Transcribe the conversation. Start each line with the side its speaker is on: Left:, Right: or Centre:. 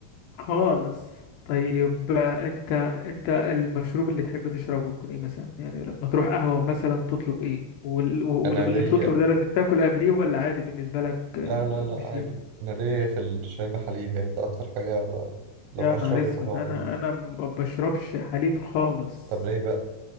Left: خالص طيب آه، انت انت المشروب اللي تحب تشربه يكون ايه مثلا يعني لما تروح قهوة مثلا تطلب ايه وال- و-
Right: <laughs> أنا
Left: واللي
Right: ليا
Left: بتطلب ده لازم تاكل قبليه ولا عادي بالنسبة لك آه،
Right: لا لا لا
Left: مش
Right: عادي أنا ليا في الشاي بحليب يعني ده أكتر حاجة ب... لو
Left: يا
Right: هشرب
Left: نهار اسود
Right: يبقى هو
Left: انا
Right: ده
Left: انا ما بشربش حليب خالص
Right: طب ليه بقى؟